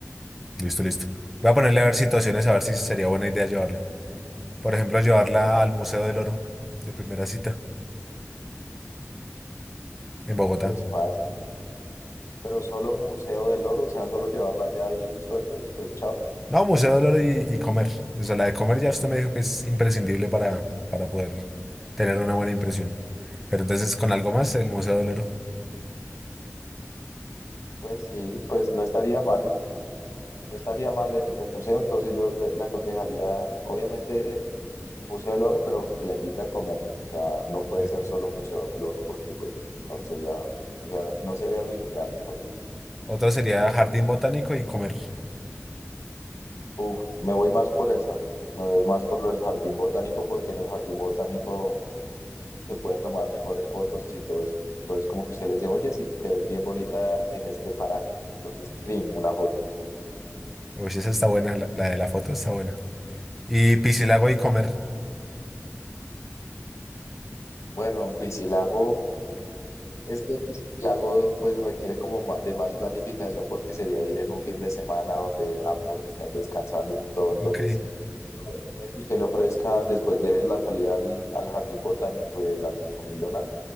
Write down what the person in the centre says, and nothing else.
Listo, listo. Voy a ponerle a ver situaciones, a ver si sería buena idea llevarla. Por ejemplo, llevarla al Museo del Oro de primera cita en Bogotá.
No, Museo del Oro y, y comer. O sea, la de comer ya usted me dijo que es imprescindible para, para poder tener una buena impresión. Pero entonces con algo más, el Museo del Oro.
Mm.
Otra sería jardín botánico y comer.
Uy, esa está buena, la, la de la foto está buena. Y piscilago y comer.
Ok.